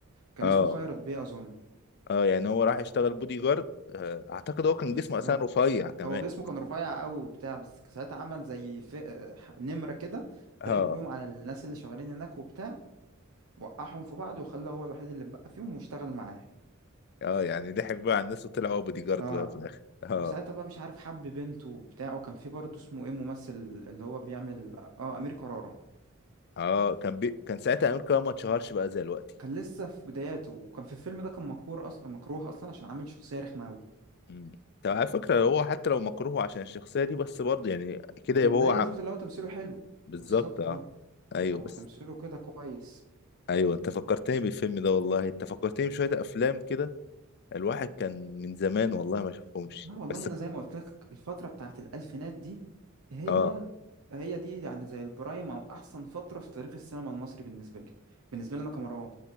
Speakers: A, on the right; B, on the left.
A: كان
B: اه
A: اسمه خيرت بيه اظن
B: اه يعني هو راح يشتغل بودي جارد آه، اعتقد هو كان
A: بالظبط
B: جسمه اساسا رفيع كمان
A: هو جسمه كان رفيع قوي وبتاع بس ساعتها عمل زي ف... نمرة كده
B: اه
A: ضحك بيهم على الناس اللي شغالين هناك وبتاع وقعهم في بعض وخلى هو الوحيد اللي بقى فيهم واشتغل معاه
B: اه يعني ضحك بقى على الناس وطلع هو بودي جارد
A: اه
B: بقى في الاخر اه
A: وساعتها بقى مش عارف حب بنته وبتاع وكان في برضه اسمه ايه ممثل اللي هو بيعمل اه امير كرارة
B: اه كان بي... كان ساعتها امير كرارة ما اتشهرش بقى زي دلوقتي
A: كان لسه في بداياته وكان في الفيلم ده كان مكروه اصلا مكروه اصلا عشان عامل شخصية رخمة قوي
B: امم طب على فكرة هو حتى لو مكروه عشان الشخصية دي بس برضه يعني كده يبقى
A: ده
B: هو
A: يثبت
B: عم...
A: اللي هو تمثيله حلو
B: بالظبط
A: بالظبط
B: اه
A: اه
B: ايوه
A: فهو
B: بس
A: تمثيله كده كويس
B: ايوه انت فكرتني بالفيلم ده والله انت فكرتني بشوية افلام كده الواحد كان من زمان والله ما شافهمش
A: لا والله
B: بس
A: انا زي ما قلت لك الفترة بتاعت الالفينات دي هي
B: اه
A: هي دي يعني زي البرايم او احسن فترة في تاريخ السينما المصري بالنسبة لي بالنسبة لي انا كمروان